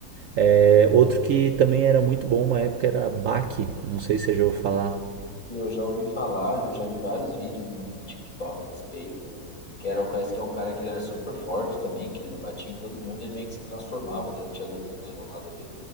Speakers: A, on the right; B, on the left.
A: É, outro que também era muito bom uma época era Baki, não sei se você já ouviu falar.
B: Eu já ouvi falar, eu já vi vários vídeos no no TikTok a respeito, que era, parece que é um cara que ele era super forte também, que ele batia em todo mundo e ele meio que se transformava durante a luta, né? Ou nada a ver.